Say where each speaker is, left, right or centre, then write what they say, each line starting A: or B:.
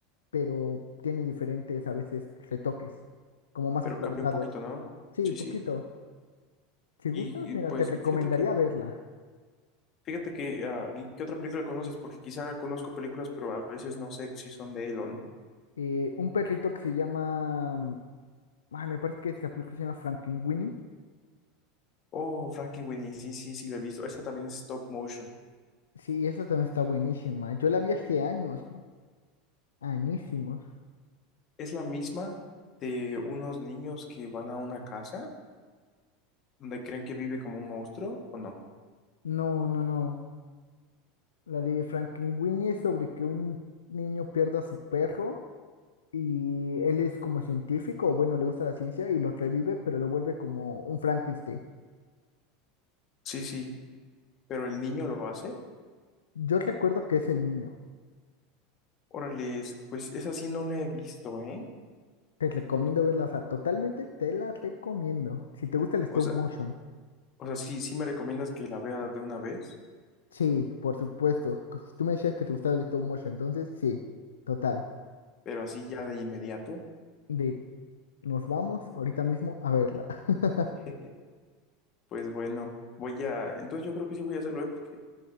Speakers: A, on the left; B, on the left.
A: pero tiene diferentes a veces retoques, como más
B: Pero
A: actualizados.
B: cambia un poquito, ¿no?
A: Sí,
B: Sí,
A: poquito.
B: sí.
A: Si
B: Y,
A: gustas,
B: y,
A: mira,
B: pues,
A: te recomendaría
B: fíjate que,
A: verla.
B: fíjate que, ah, ¿y qué otra película conoces? Porque quizá conozco películas, pero a veces no sé si son de él o no.
A: Eh, un perrito que se llama, mm, ay, me parece que es la película se llama Frankenweenie.
B: Oh, Frankenweenie, sí, sí, sí, la he visto. Esta también es stop motion.
A: Sí, esa también está buenísima. Yo la vi hace años, añísimos.
B: Es la misma de unos niños que van a una casa donde creen que vive como un monstruo, ¿o no?
A: No, no, no. La de Frankenweenie es sobre que un niño pierda a su perro y él es como científico, o bueno, le gusta la ciencia y los revive, pero lo vuelve como un Frankenstein.
B: Sí, sí, pero el niño lo hace.
A: Yo recuerdo que es el niño.
B: Órale, pues esa sí no la he visto, ¿eh?
A: Te recomiendo
B: Tú-
A: verla, o sea, totalmente te la recomiendo. Si te gusta el stop
B: o sea,
A: motion.
B: o sea, sí, sí me recomiendas que la vea de una vez,
A: Sí, por supuesto. que si Tú me decías que te gustaba el stop motion, entonces sí, total.
B: pero así ya de inmediato.
A: De nos vamos ahorita mismo a verla. <laughs>
B: <laughs> Pues bueno, voy a, entonces yo creo que sí voy a hacerlo, ¿eh? Porque